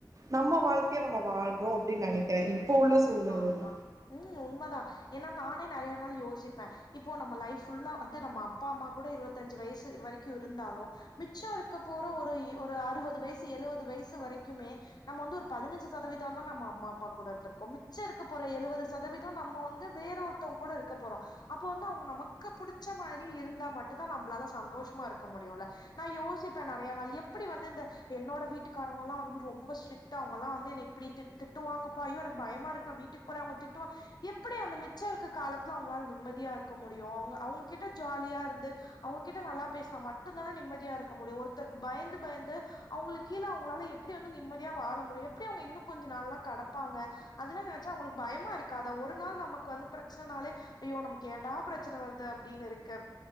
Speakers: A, on the right; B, on the left.
A: நம்ம வாழ்க்கைய நம்ம வாழ்நோம் அப்டின்னு நினைக்கிறே இப்ப உள்ள சூழ்நிலையில
B: ஆமா ம் உண்மதான் ஏன்னா நானே நறைய நாள் யோசிப்பேன் இப்போ நம்ம லைஃப் ஃபுல்லா வந்து நம்ம அப்பா அம்மா கூட இருபத்தஞ்சு வயசு வரைக்கும் இருந்தாலும் மிச்சம் இருக்க போற ஒரு ஒரு அறுபது வயசு எழுவது வயசு வரைக்குமே நம்ம வந்து ஒரு பதினஞ்சு சதவீதம் தான் நம்ம அம்மா அப்பா கூட இருந்திருக்கோ மிச்ச இருக்கப் போறோ எழுவது சதவீதம் நம்ம வந்து வேறொத்தவங் கூட இருக்க போறோம் அப்போ வந்து அவுங்க நமக்கு புடிச்ச மாரி இருந்தா மட்டும் தான் நம்மளால சந்தோஷமா இருக்க முடியும்ல நான் யோசிப்பே நறைய நாள் எப்டி வந்து இந்த என்னோட வீட்டுக்காரவங்கல்லாம் வந்து ரொம்ப ஸ்ட்ரிக் ட்டு அவங்கல்லாம் வந்து என்னை இப்டி திட் திட்டுவாங்கபா ஐயோ எனக்கு பயமா இருக்குபா வீட்டுக்கு போற அவங்க திட்டுவா எப்டி அந்த மிச்சம் இருக்க காலத்துல அவங்களால நிம்மதியா இருக்க முடியும் அவுங்க அவுங்க கிட்ட ஜாலியா இருந்து அவங்ககிட்ட நல்லா பேசினா மட்டும்தானே நிம்மதியா இருக்க முடியும் ஒருத்தருக்கு பயந்து பயந்து அவங்களுக்கு கீழ அவங்களால எப்டி வந்து நிம்மதியா வாழ முடியும் எப்டி அவங்க இன்னும் கொஞ்ச நாள் எல்லாம் கடப்பாங்க அதல்லா நெனச்சா அவங்களுக்கு பயமா இருக்காதா ஒரு நாள் நமக்கு வந்து பிரச்சனைனாலே ஐயோ நமக்கு ஏன்டா பிரச்சன வருது அப்டின்னு இருக்கு